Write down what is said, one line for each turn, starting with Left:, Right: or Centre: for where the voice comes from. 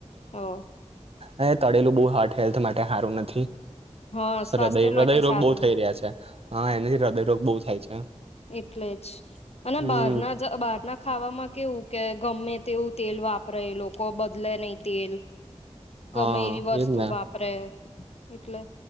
Left: હ
Right: હ એ તળેલું બહ હાર્ટ હેલ્થ માટે સારું નથી
Left: હા સ્વાસ્થ્ય
Right: હૃદય
Left: માટે
Right: હૃદયરોગ
Left: સારું
Right: બહુ થઈ
Left: ને
Right: રહ્યા છે હા એનાથી હૃદયરોગ બહુ થાય છે
Left: એટલે જ અને
Right: હમ
Left: બહાર ના જ બહાર ના ખામાં કેવું કે ગમે તેવું તેલ વાપરે લોકો બદલે નહી તેલ
Right: <inaudible>
Left: ગમે એવી વસ્તુ
Right: એજ ને
Left: વાપરે એટલે